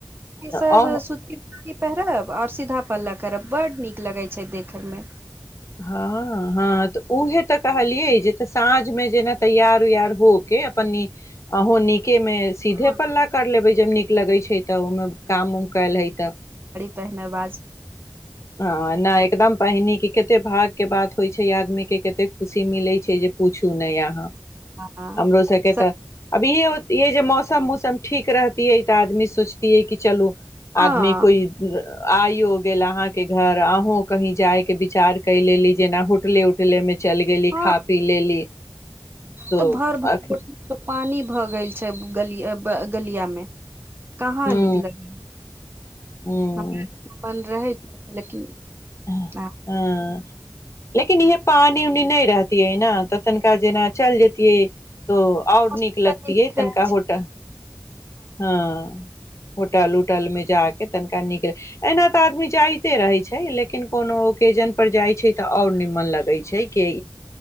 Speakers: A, on the left; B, on the right.
A: तऽ
B: सब
A: अह
B: सूती साड़ी पहिरब आओर सीधा पल्ला करब बड्ड नीक लगैत छैक देखयमे
A: हँ हँ तऽ उहे तऽ कहलियै जे तऽ साँझमे जेना तैयार हो केँ अपन अहुँ निकेमे सीधे
B: ह
A: पल्ला कर लेब जब नीक लगय छैक तऽ ओहिमे काम उम कयल हइ तब
B: पहिहने बाज
A: हँ नहि एकदम पहिनी, कतेक भागकेँ बात होइत छैक आदमीकेँ कतेक खुशी मिलैत छैक जे पूछू नहि अहाँ
B: हँ
A: हमरो सभकेँ
B: स-
A: त अब इहे जे मौसम औसम ठीक रहते तऽ आदमी सोचतियै कि चलू
B: हँ
A: आदमी कोइ आइयो गेल अहाँके केँ घर अहूँ कही जाय केँ विचार क लेली जेना होटले उटले मे चलि गेली
B: हँ
A: खा पी लेली तो
B: तऽ भर भर
A: अखन
B: <unintelligible> पानी भऽ गेल छैक गलियामे कहाँ
A: हूँ
B: निकलग
A: हूँ
B: हमरा लग रहय लेकिन
A: आ
B: हँ
A: <inaudible> लेकिन इहे पानी उनी नहि रहती न तऽ तनिका जेना चलि जतियै त और
B: आओर
A: नीक लगतीयै
B: नीक रहे
A: तनिका
B: छै।
A: होटल हँ <inaudible> होटल उटल मे जा कऽ तनिका नीक लगैत एना तऽ आदमी जाइते रहैत छैक लेकिन कोनो ओकेजन पर जाइत छैक तऽ और मन लगै छै केँ